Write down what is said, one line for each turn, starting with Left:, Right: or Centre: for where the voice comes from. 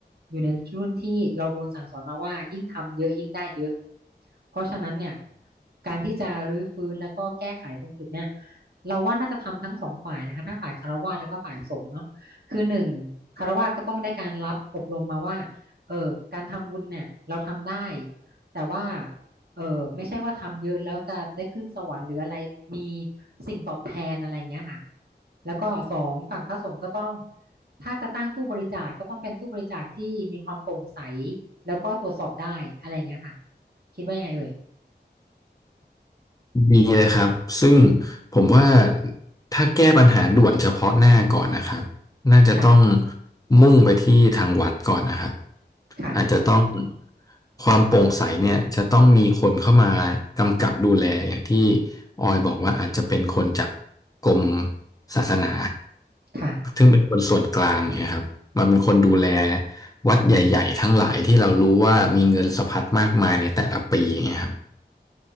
Right: อยู่ในรุ่นที่เราโดนสั่งสอนมาว่ายิ่งทำเยอะยิ่งได้เยอะเพราะฉะนั้นเนี่ยการที่จะรื้อฟื้นแล้วก็แก้ไขตรงจุดเนี่ยเราว่าน่าจะทำทั้งสองฝ่ายนะคะทั้งฝ่ายคฤหัสถ์แล้วก็ฝ่ายสงฆ์เนาะคือหนึ่งคฤหัสถ์ก็ต้องได้การรับอบรมมาว่าเออการทำบุญเนี่ยเราทำได้แต่ว่า เออไม่ใช่ว่าทำเยอะแล้วจะได้ขึ้นสวรรค์หรืออะไรมีสิ่งตอบแทนอะไรเงี้ยค่ะแล้วก็สองฝั่งพระสงฆ์ก็ต้องถ้าจะตั้งตู้บริจาคก็ต้องเป็นตู้บริจาคที่มีความโปร่งใสแล้วก็ตรวจสอบได้อะไรเงี้ยค่ะคิดว่ายังไงเอ่ย
Left: มีเลยครับซึ่งผมว่าถ้าแก้ปัญหาด่วนเฉพาะหน้าก่อนนะครับน่าจะต้อง
Right: ค่ะ
Left: มุ่งไปที่ทางวัดก่อนนะครับ
Right: ค่ะ
Left: อาจจะต้องความโปร่งใสเนี่ยจะต้องมีคนเข้ามากำกับดูแลอย่างที่ออยบอกว่าอาจจะเป็นคนจากกรมศาสนา
Right: ค่ะ
Left: ซึ่งเป็นคนส่วนกลางเนี่ยครับมาเป็นคนดูแลวัดใหญ่ๆทั้งหลายที่เรารู้ว่ามีเงินสะพัดมากมายในแต่ละปีอย่างเงี้ยครับ